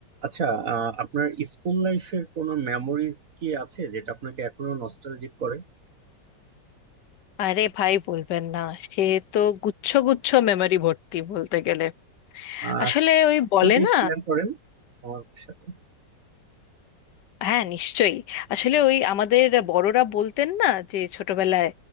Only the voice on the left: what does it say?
আরে ভাই বলবেন না সে তো গুচ্ছ গুচ্ছ মেমরি ভর্তি বলতে গেলে
আসলে ওই বলে
না
হ্যাঁ নিশ্চয়ই আসলে ওই আমাদের বড়রা বলতেন না যে ছোটবেলায়